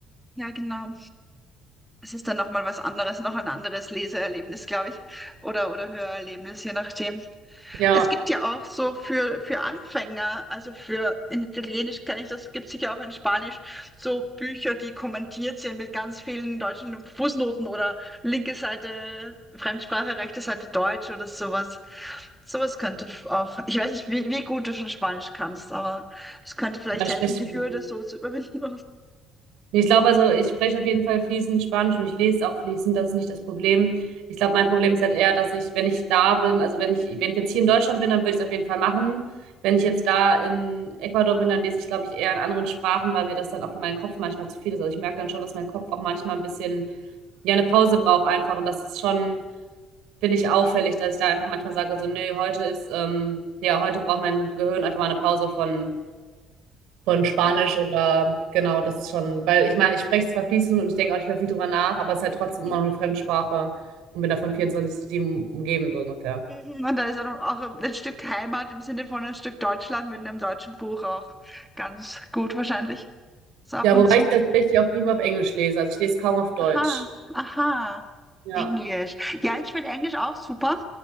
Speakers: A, in the centre; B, on the right.
A: Ja, genau. Es ist dann nochmal was anderes, noch ein anderes Leseerlebnis, glaube ich. Oder, oder Hörerlebnis, je nachdem.
B: Ja,
A: Es gibt ja auch so für, für Anfänger, also für in Italienisch kann ich das, gibt es sicher auch in Spanisch, so Bücher, die kommentiert sind mit ganz vielen deutschen Fußnoten oder linke Seite Fremdsprache, rechte Seite Deutsch oder sowas. Sowas könnte f- auch, ich weiß nicht, wie, wie gut du schon Spanisch kannst, aber es könnte vielleicht
B: da sprichst
A: helfen, die
B: du.
A: Hürde so zu überwinden.
B: Ich glaube, also ich spreche auf jeden Fall fließend Spanisch und ich lese auch fließend, das ist nicht das Problem. Ich glaube, mein Problem ist halt eher, dass ich, wenn ich da bin, also wenn ich, wenn ich jetzt hier in Deutschland bin, dann würde ich es auf jeden Fall machen. Wenn ich jetzt da in Ecuador bin, dann lese ich, glaube ich, eher in anderen Sprachen, weil mir das dann auch für meinen Kopf manchmal zu viel ist. Also ich merke dann schon, dass mein Kopf auch manchmal ein bisschen, ja, eine Pause braucht einfach. Und das ist schon, finde ich, auffällig, dass ich da einfach manchmal sage, so, nee, heute ist, ähm, ja, heute braucht mein Gehirn einfach mal eine Pause von von Spanisch
A: <laughs> ja,
B: oder genau, das ist schon, weil ich meine, ich spreche zwar fließend und ich denke auch nicht mehr viel drüber nach, aber es ist halt trotzdem
A: ja.
B: immer noch eine Fremdsprache und bin davon 24/7 umgeben, so ungefähr.
A: Mhm, Und da ist ja noch auch ein Stück Heimat im Sinne von ein Stück Deutschland mit einem deutschen Buch auch ganz gut wahrscheinlich. So ab
B: Ja,
A: und
B: wobei
A: zu.
B: ich tatsächlich auch prima auf Englisch lese, also ich lese kaum auf Deutsch.
A: Aha, aha.
B: Ja,
A: Englisch. Ja, ich finde Englisch auch super.